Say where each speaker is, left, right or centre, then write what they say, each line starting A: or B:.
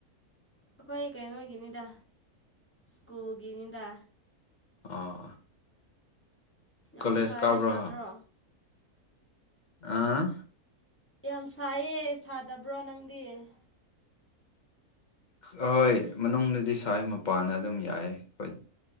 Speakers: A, on the left; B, on the left.
A: ꯑꯩꯈꯣꯏ ꯀꯩꯅꯣꯒꯤꯅꯤꯗ ꯁ꯭ꯀꯨꯜꯒꯤꯅꯤꯗ
B: ꯑꯥ
A: ꯌꯥꯝ
B: ꯀꯣꯂꯦꯖ
A: ꯁꯥꯏꯌꯦ
B: ꯀꯥꯕ꯭ꯔꯣ
A: ꯁꯥꯗ꯭ꯔꯣ
B: ꯑ
A: ꯌꯥꯝ ꯁꯥꯏꯌꯦ ꯁꯥꯗꯕ꯭ꯔꯣ ꯅꯪꯗꯤ
B: ꯑ ꯍꯣꯏ ꯃꯅꯨꯡꯗꯗꯤ ꯁꯥꯏ ꯃꯄꯥꯟꯗ ꯑꯗꯨꯝ ꯌꯥꯏ ꯑꯩꯈꯣꯏ